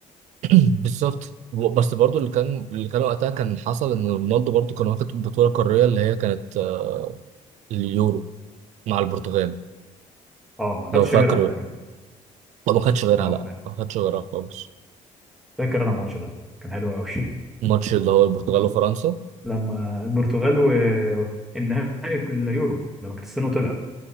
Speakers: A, on the right; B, in the centre.
A: <clears throat> بالظبط و- بس برضو اللي كان اللي كان وقتها كان حصل ان رونالدو برضو كان واخد بطولة قارية اللي هي كانت آه، اليورو مع البرتغال
B: اه ما خدش
A: لو فاكر
B: غيرها تقريبا
A: لو ما خدش غيرها
B: اه
A: لا
B: فاهم
A: ما خدش غيرها خالص
B: فاكر انا الماتش ده كان حلو قوي <laughs>
A: الماتش اللي هو البرتغال وفرنسا
B: لما البرتغال والنهائي اليورو لما كريستيانو طلع